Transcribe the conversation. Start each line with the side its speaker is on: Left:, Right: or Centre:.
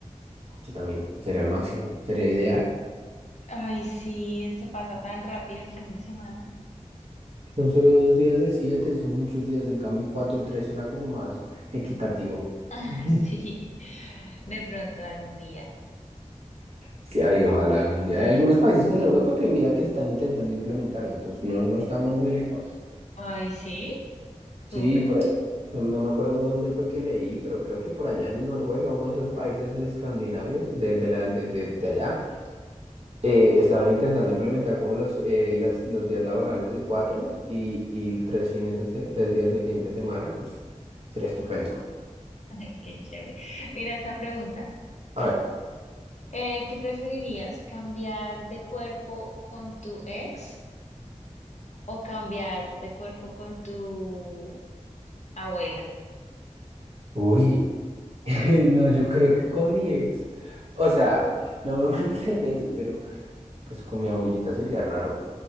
Right: Yo también. Sería el máximo. Sería ideal.
Left: Ay, sí, se pasa tan rápido el fin de semana. <laughs>
Right: Son solo dos días de siete, son muchos días. En cambio, cuatro y tres suena como más equitativo.
Left: Ah,
Right: Ujú.
Left: sí, de pronto algún día.
Right: Sí, ay, ojalá algún día. Hay algunos países en Europa que mira que están intentando implementarlo, entonces no, no estamos muy lejos.
Left: Ay, sí,
Right: Sí,
Left: súper.
Right: por ahí- No, no me acuerdo dónde fue que leí, pero creo que por allá en Noruega, uno de esos países escandinavios, de, de, la, de, de- de allá, eh, estaban intentando implementar como los, eh, las- los días laborales de cuatro y, y tres fines de se- tres días de fin de semana. Pf, Sería estupendo.
Left: <laughs> Ay, qué chévere. Mira esta pregunta.
Right: A ver.
Left: Eh, ¿qué preferirías, cambiar de cuerpo con tu ex o cambiar de cuerpo con tu abuela?
Right: Uy. <laughs> No, yo creo que con mi ex, o sea, no me <laughs> malinterpretes, pero pues con mi abuelita sería raro,